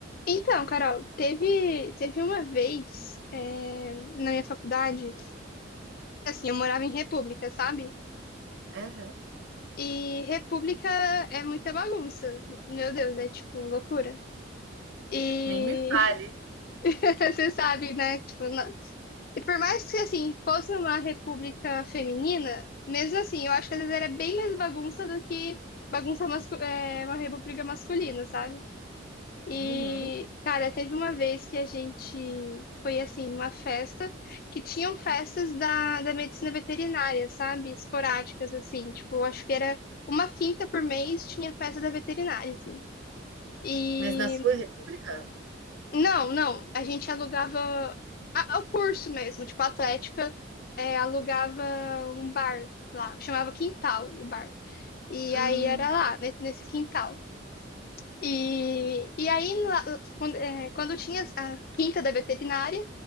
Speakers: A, on the left; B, on the right.
A: Então, Carol, teve, teve uma vez é, na minha faculdade, assim, eu morava em República, sabe?
B: Aham.
A: E República é muita bagunça. Meu Deus, é tipo loucura. E
B: Nem me fale.
A: <laughs> você sabe, né? Tipo, não- e por mais que assim, fosse uma república feminina, mesmo assim, eu acho que às vezes era bem mais bagunça do que bagunça mascu- é, uma república masculina, sabe? E,
B: Uhum.
A: cara, teve uma vez que a gente foi assim, numa festa que tinham festas da, da medicina veterinária, sabe? Esporádicas, assim, tipo, eu acho que era uma quinta por mês tinha festa da veterinária, assim. E
B: Mas na sua república?
A: não, não, a gente alugava a- o curso mesmo, tipo, a Atlética é, alugava um bar lá, chamava Quintal o bar. E
B: Ah.
A: aí era lá, ne- nesse quintal. E, e aí, lá- quando, é, quando tinha a quinta da veterinária,